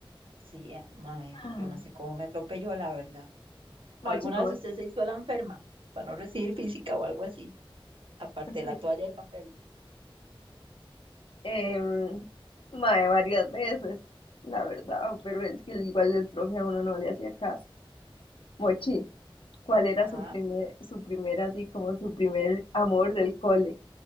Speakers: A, on the right; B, on the left.
A: sí, ah, mae,
B: Ah.
A: yo no sé cómo me atropelló, la verdad.
B: Mochi,
A: ¿Alguna
B: ¿cómo
A: vez
B: es?
A: usted se hizo la enferma para no recibir física o algo así? aparte de
B: Sí,
A: la toalla de papel.
B: em, mae, varias veces, la verdad, pero es que igual el profe a uno no le hacía caso. Mochi, ¿cuál era
A: Ah,
B: su primer, su primer, así como su primer amor del cole?